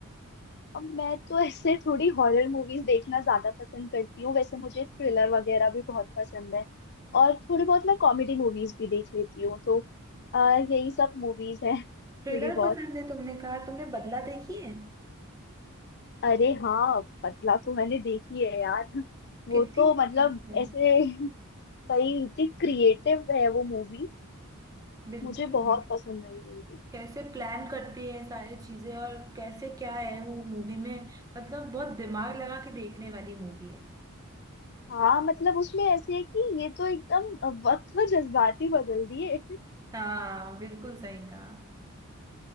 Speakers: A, on the left; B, on the right.
A: अब मैं तो ऐसे थोड़ी हॉरर मूवीज देखना ज्यादा पसंद करती हूँ वैसे मुझे थ्रिलर वगैरह भी बहुत पसंद है और थोड़ी बहुत मैं कॉमेडी मूवीज भी देख लेती हूँ तो अ, यही सब मूवीज हैं थोड़ी
B: थ्रिलर
A: बहुत
B: पसंद है तुमने कहा तुमने बदला देखी है
A: अरे हाँ पतला तो मैंने देखी है यार वो
B: कितनी
A: तो
B: अच्छी
A: मतलब
B: है
A: ऐसे कई इतनी क्रिएटिव है वो मूवी
B: बिल्कुल
A: मुझे बहुत
B: भी।
A: पसंद आई मूवी
B: कैसे प्लान करती है सारी चीजें और कैसे क्या है वो मूवी में मतलब बहुत दिमाग लगा के देखने वाली मूवी है
A: हाँ मतलब उसमें ऐसे है कि ये तो एकदम वक्त व जज्बाती बदल दिए
B: हाँ बिल्कुल सही कहा